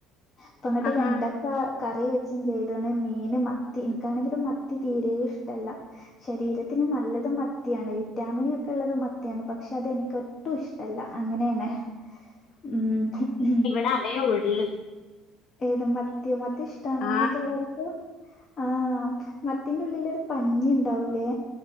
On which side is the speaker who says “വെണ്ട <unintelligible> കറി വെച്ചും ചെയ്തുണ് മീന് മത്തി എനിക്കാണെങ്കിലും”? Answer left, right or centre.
Left